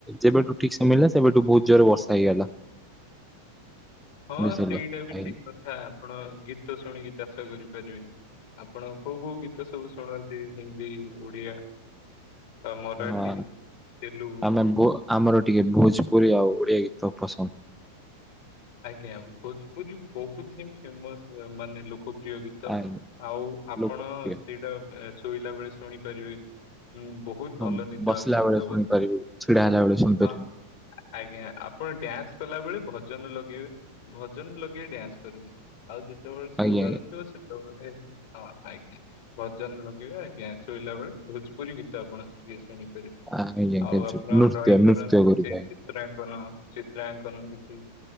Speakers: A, in the centre; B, on the left.
A: ଯେବେଠୁ ଠିକ ସମୟ ମିଳିଲା ସେବେଠୁ ବହୁତ ଜୋରରେ ବର୍ଷା ହେଇଗଲା
B: ହଁ
A: ବୁଝିଲେ।
B: ସେଇଟା ବି
A: ଆଜ୍ଞା
B: ଠିକ କଥା ଆପଣ ଗୀତ ଶୁଣିକି ଚାଷ କରିବେ। ଆପଣ କୋଉ କୋଉ ଗୀତ ସବୁ ଶୁଣନ୍ତି ହିନ୍ଦୀ ଓଡିଆ ବା ମରାଠୀ
A: ହଁ
B: ତେଲୁଗୁ?
A: ଆମେ ଆମର ଟିକେ ଭୋଜପୁରୀ ଆଉ ଓଡିଆ ଗୀତ ପସନ୍ଦ
B: ଆଜ୍ଞା ଭୋଜପୁର ବହୁତ ହିଁ ଫେମସ ମାନେ ଲ ଖୁବ ପ୍ରିୟ ଗୀତ
A: ଆ
B: ଆଉ ଆପଣ
A: ଲୋକପ୍ରିୟ।
B: ସେଇଟା ଶୋଇଲା ବେଳେ ଶୁଣିପାରିବେ ହୁଁ ବହୁତ
A: ହଁ
B: ଭଲ ନିଦ
A: ବସିଲା
B: ଆପଣଙ୍କଥା
A: ବେଳେ ଶୁଣିପାରିବୁ
B: ବସି
A: ଛିଡା ହେଲା ବେଳେ ଶୁଣିପାରିବୁ
B: ହଁ ଆଜ୍ଞା ଆପଣ ଡ୍ୟାନ୍ସ କଲା ବେଳେ ଭଜନ ଲଗେଇବେ ଭଜନ ଲଗେଇ ଡ୍ୟାନ୍ସ କରିବେ। ଆଉ ଯେତେବେଳେ ଶୋଇବାର
A: ଆଜ୍ଞା ଆଜ୍ଞା।
B: ଥିବ ସେତେବେଳେ ହଁ ଆଜ୍ଞା ଭଜନ ଲଗିବେ ଆଜ୍ଞା ଶୋଇଲା ବେଳେ ଭଜ ପୁରୀ ଗୀତ ଆପଣ ଟଏ ଶୁଣିପାରିବେ
A: ଆଜ୍ଞା ଆଜ୍ଞା
B: ଆଉ ଆପଣ
A: ନୃତ୍ୟ
B: ଡ୍ରଇଂ କରନ୍ତି
A: ନୃତ୍ୟ କରିବୁ
B: କିଛି ଚିତ୍ରାଙ୍କନ ଚିତ୍ରାଙ୍କନ କିଛି